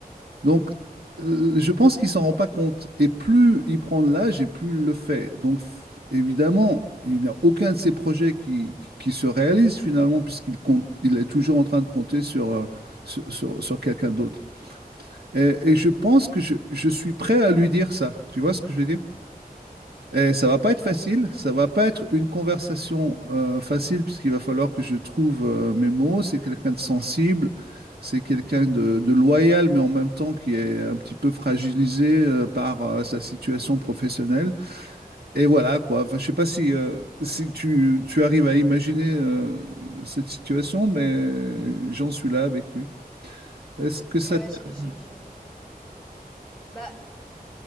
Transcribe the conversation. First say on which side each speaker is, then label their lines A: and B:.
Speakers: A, on the right; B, in the centre.
A: Donc, euh, je pense qu'il s'en rend pas compte. Et plus il prend de l'âge, et plus il le fait. Donc, f- évidemment, il n'a aucun de ses projets qui, qui se réalise finalement, puisqu'il compte, il est toujours en train de compter sur, euh, sur, sur sur quelqu'un d'autre. Et, et je pense que je, je suis prêt à lui dire ça. Tu vois ce que je veux dire? Et ça va pas être
B: Ouais.
A: facile, ça va pas être une conversation euh, facile puisqu'il va falloir que je trouve euh, mes mots. C'est quelqu'un de sensible, c'est quelqu'un de, de loyal, mais en même temps qui est un petit peu fragilisé euh, par euh, sa situation professionnelle. Et voilà quoi. Enfin, je sais pas si euh, si tu, tu arrives à imaginer euh, cette situation, mais j'en suis là avec lui. Est-ce que ça
B: Ouais,
A: t'aide?
B: je je je vois. Bah,